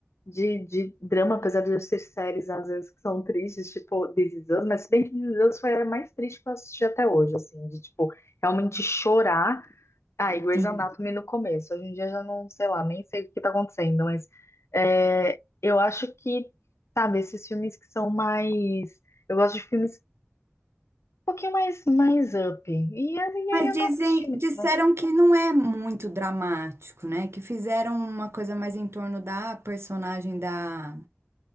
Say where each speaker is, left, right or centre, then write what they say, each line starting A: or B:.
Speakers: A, on the left; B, on the right.
A: de, de drama, apesar de eu ser séries às vezes que são tristes, tipo This Is Us, mas se bem que This Is Us foi a mais triste que eu assisti até hoje, assim, de tipo, realmente chorar. Ah, e Grey's
B: sim.
A: Anatomy no começo. Hoje em dia já não, sei lá, nem sei o que tá acontecendo, mas é, eu acho que, sabe, esses filmes que são mais. Eu gosto de filmes um pouquinho mais, mais up. E, aí e aí
B: Mas
A: eu
B: dizem,
A: não assisti mesmo.
B: disseram que não é muito dramático, né? Que fizeram uma coisa mais em torno da personagem da